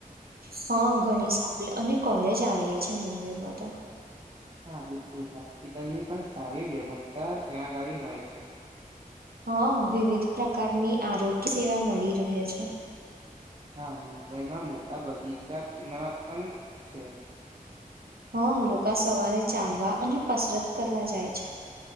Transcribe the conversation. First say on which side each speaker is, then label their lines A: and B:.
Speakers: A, on the right; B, on the right.
A: હ ઘણી સ્કૂલ અને કોલેજ આવેલી છે મુંબઈમાં તો
B: હા બિલકુલ હોસ્પિટલની પણ સારી વ્યવસ્થા ત્યાં આગાળી હોય છે.
A: હ વિવિધ પ્રકારની આરોગ્ય સેવા મળી રહે છે.
B: હા મુંબઈમાં મોટા બગીચામાં પન છે.
A: હ લોકા સવારે ચાલવા અને કસરત કરવા જાય છે.